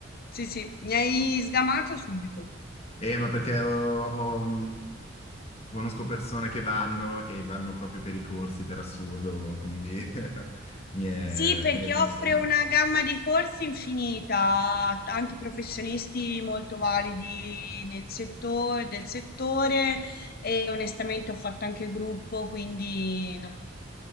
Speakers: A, on the left; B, on the left.
A: Sì, sì, mi hai sgamato subito.
B: Eh, ma perché ho- ho- mh, conosco persone che vanno, che vanno proprio per i corsi, per assurdo, quindi <laughs> mi è,
A: Sì, perché
B: mi è venuto
A: offre
B: in mente.
A: una gamma di corsi infinita, tanti professionisti molto validi nel settore, del settore e onestamente ho fatto anche gruppo, quindi non-